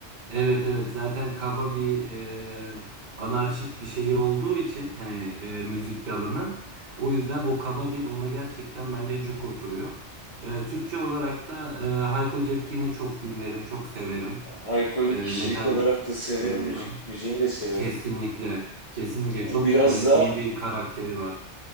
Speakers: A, on the right (about 45°); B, on the left (about 40°).
A: evet evet zaten kaba bir e, anarşik bir şeyi olduğu için hani e, müzik dalının o yüzden o kaba dil ona gerçekten bence cuk oturuyor. E, Türkçe olarak da e, Hayko Cepkin'i çok dinlerim, çok severim.
B: Hayko'yu
A: E,
B: kişilik
A: metal
B: olarak da severim,
A: grubundan.
B: müzik, müziğini de severim.
A: Kesinlikle. Kesinlikle
B: O
A: çok
B: biraz
A: e,
B: da
A: iyi bir karakteri var.